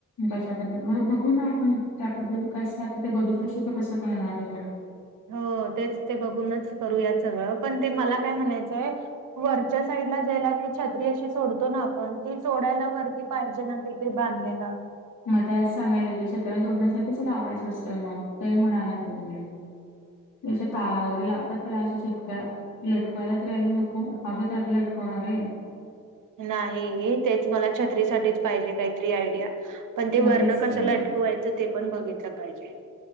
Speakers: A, on the left (about 80°); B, on the right (about 80°).
A: कशाबद्दल मग बघू ना आपण त्याबद्दल कसं आता ते बघितल्याशिवाय तर कसं कळणार आहे.
B: हो तेच ते बघूनच करू यात सगळं पण ते मला काय म्हणायचंय वरच्या साईडला ज्यायला ती छत्री अशी सोडतो ना आपण ती सोडायला वरती पाहिजे ना कोणतरी बांधलेला.
A: मग त्याच सांगायचे ते छत्र सोडण्यासाठीच लावायचं असतंय मग ते म्हणायला गगलं म ज तारा वगैरे लावतात त्याला अशी छटक्या लटकवायला तर नको हवच लटकवणार आहे.
B: नाही तेच मला छत्री साठीच पाहिजे काहीतरी आयडिया? पण ते
A: मग
B: वर्ण
A: तेच
B: कशाला
A: की
B: अटकवायचं ते पण बघितलं पाहिजे?